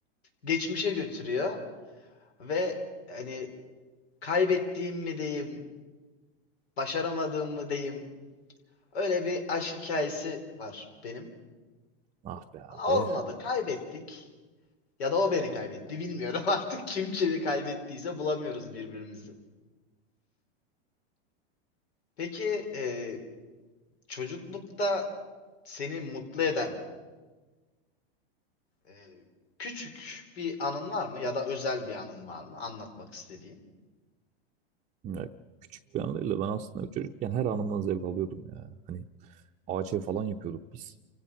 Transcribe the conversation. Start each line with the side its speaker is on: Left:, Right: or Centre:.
Left: geçmişe götürüyor ve hani kaybettiğim mi diyeyim başaramadığımı diyeyim. Öyle bir aşk hikayesi var benim.
Right: Ah be abi.
Left: Ama olmadı. Kaybettik. Ya da o beni kaybetti. Bilmiyorum <laughs> artık kim kimi kaybettiyse bulamıyoruz birbirimizi. Peki e, çocuklukta seni mutlu eden e, küçük bir anın var mı? Ya da özel bir anın var mı? Anlatmak istediğin.
Right: Ya, küçük bir anıyla ben aslında çocukken her anımdan zevk alıyordum ya. Hani ağaçya falan yapıyorduk biz.